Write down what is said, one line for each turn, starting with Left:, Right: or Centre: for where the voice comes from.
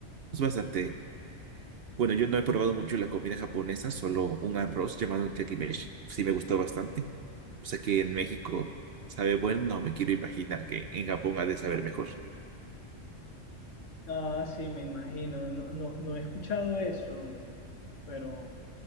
Right: pues, bastante. Bueno, yo no he probado mucho la comida japonesa, solo un arroz llamado yakimeshi. Sí me gustó bastante. O sea que en México sabe bueno, no me quiero imaginar que en Japón ha de saber mejor.
Left: Ah, sí, me imagino. No, no, no he escuchado eso, pero